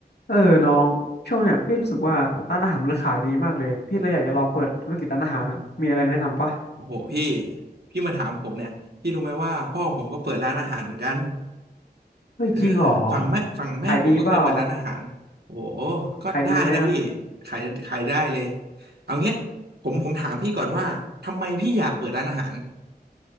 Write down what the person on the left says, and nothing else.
เออน้องช่วงเนี้ยพี่รู้สึกว่าร้านอาหารมันขายดีมากเลยพี่เลยอยากจะลองเปิดธุรกิจร้านอาหารนะมีอะไรแนะนำปะ
เฮ้ยจริงเหรอ
ขายดีเปล่าขายดีไหมอ่ะ